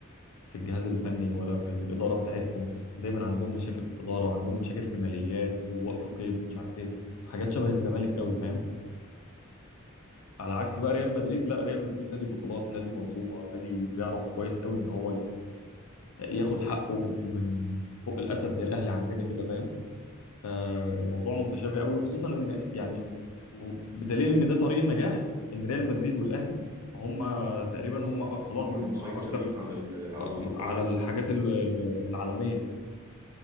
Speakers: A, on the left (about 80°); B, on the right (about 15°).
A: في الجهاز الفني ولا في الإدارة بتاعتهم دايما عندهم مشاكل في الإدارة وعندهم مشاكل في ماليات ووقف قيد ومش عارف إيه حاجات شبه الزمالك قوي فاهم على عكس بقى ريال مدريد لا ريال مدريد نادي بطولات نادي منظومة نادي بيعرف كويس قوي إن هو ياخد حقه من بق الأسد زي الأهلي عندنا كده فاهم فالموضوع متشابه قوي وخصوصا إن يعني و- بدليل إن ده طريق النجاح إن ريال مدريد والأهلي هم تقريبا هم خلاص
B: هم المسيطرين
A: هم أكتر
B: على ال- على
A: آه،
B: البطولات
A: على الحاجات
B: آه،
A: ال- ال- العالمية